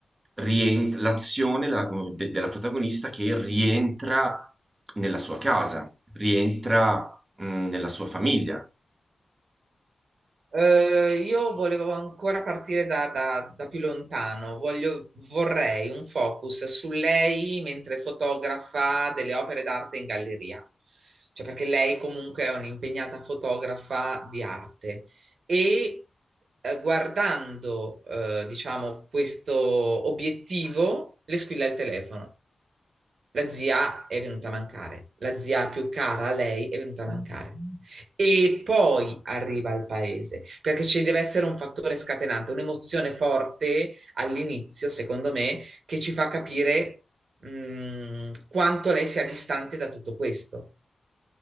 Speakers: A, on the right; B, on the right.
A: rientra, l'azione la- de- della protagonista che rientra nella sua casa, rientra, mh, nella sua famiglia.
B: Eh, io volevo ancora partire da, da- da più lontano. Voglio- vorrei un focus su lei mentre fotografa delle opere d'arte in galleria. Cioè, perché lei comunque è un'impegnata fotografa di arte. E eh, guardando, eh, diciamo, questo obiettivo, le squilla il telefono. La zia è venuta a mancare, la zia più cara a lei è venuta a mancare. E poi arriva al paese, perché ci deve essere un fattore scatenante, un'emozione forte all'inizio, secondo me, che ci fa capire, mh, quanto lei sia distante da tutto questo.